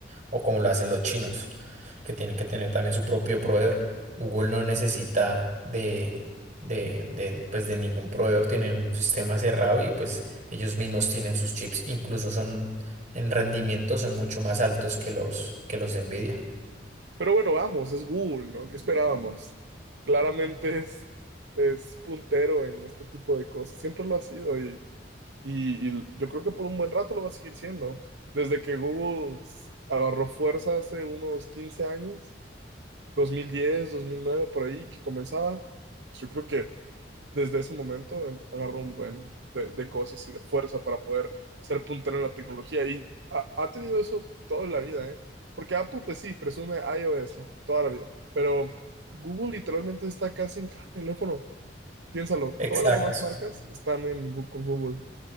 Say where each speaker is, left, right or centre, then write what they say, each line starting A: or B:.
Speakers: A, on the right; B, on the right.
A: o como lo hacen los chinos, que tienen que tener también su propio proveedor. Google no necesita de, de, de, pues de ningún proveedor, tienen un sistema cerrado y pues ellos mismos tienen sus chips, incluso son en rendimiento son mucho más altos que los que los de Nvidia.
B: Pero bueno, vamos, es Google, ¿no? ¿Qué esperábamos? Claramente es, es puntero en este tipo de cosas. Siempre lo ha sido y, y- y yo creo que por un buen rato lo va a seguir siendo. Desde que Google s- agarró fuerza hace unos 15 años, dos dos mil diez dos mil nueve por ahí, que comenzaba, yo creo que desde ese momento em, agarró un buen de, de cosas y de fuerza para poder ser puntero en la tecnología y ha, ha tenido eso toda la vida, ¿eh? Porque Apple, pues sí, presume iOS, ¿no? Toda la vida, pero Google literalmente está casi en cada teléfono. Piénsalo,
A: Exacto.
B: todas las demás marcas están en, Gu- con Google